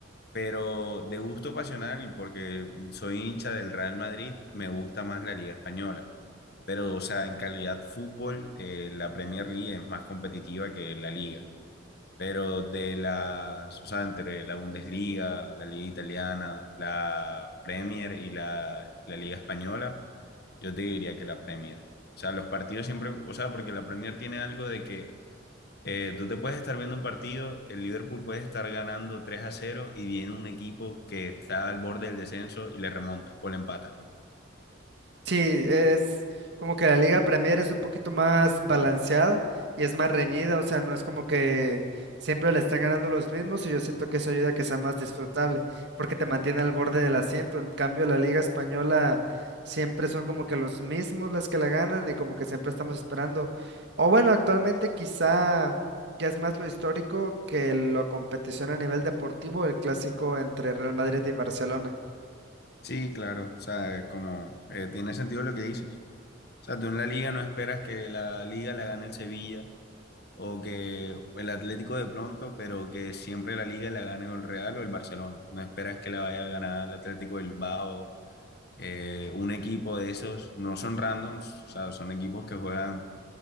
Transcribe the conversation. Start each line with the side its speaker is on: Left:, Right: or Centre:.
Left: Pero de gusto pasional, y porque soy hincha del Real Madrid, me gusta más la Liga Española. Pero, o sea, en calidad fútbol, eh, la Premier League es más competitiva que la Liga. Pero de las, o sea, entre la Bundesliga, la Liga Italiana, la Premier y la, la Liga Española, yo te diría que la Premier. O sea, los partidos siempre, o sea, porque la Premier tiene algo de que eh, tú te puedes estar viendo un partido, el Liverpool puede estar ganando 3 a cero y viene un equipo que está al borde del descenso y le remonta o le empata.
Right: Sí, es como que la Liga Premier es un poquito más balanceada y es más reñida, o sea, no es como que siempre le estén ganando los mismos y yo siento que eso ayuda a que sea más disfrutable porque te mantiene al borde del asiento. En cambio, la Liga Española siempre son como que los mismos las que la ganan y como que siempre estamos esperando. O bueno, actualmente quizá ya es más lo histórico que la competición a nivel deportivo, el clásico entre Real Madrid y Barcelona.
Left: Sí, claro, o sea, como eh, tiene sentido lo que dices. O sea, tú en la liga no esperas que la liga la gane el Sevilla o que el Atlético de pronto, pero que siempre la liga la gane o el Real o el Barcelona. No esperas que la vaya a ganar el Atlético del Bilbao. Eh, un equipo de esos no son randoms, o sea, son equipos que juegan